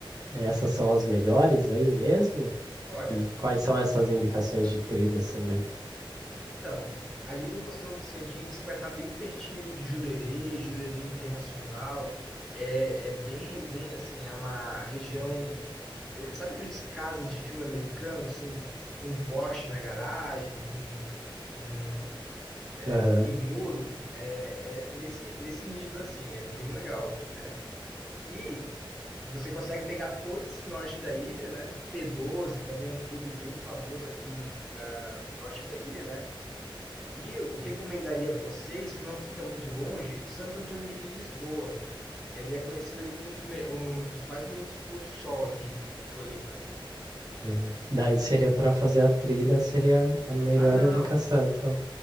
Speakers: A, on the right (about 45°); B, in the centre.
A: Essas são as melhores aí mesmo?
B: Olha,
A: E quais são essas indicações de trilhas também?
B: então, ali no Costão do Santinho você vai estar bem pertinho ali de Jurerê, Jurerê Internacional, é, é bem resenha, assim, é uma região, sabe aqueles casas de filme americano, sem, com um Porsche na garagem, com, com é,
A: Aham.
B: sem muro? É, é nesse, nesse nível, assim, é bem legal, né? E você consegue pegar todo esse norte da ilha, né? P12 também é um clube bem famoso aqui no- da- do norte da ilha, né? E eu recomendaria para vocês, que não fica muito longe, o Santo Antônio de Lisboa. Ele é conhecido ali como um dos, me- um dos mais bonitos pôr do sol aqui de Floripa.
A: Uhum. Daí seria para fazer a trilha, seria a melhor
B: Ah, não,
A: indicação.
B: não.
A: Então,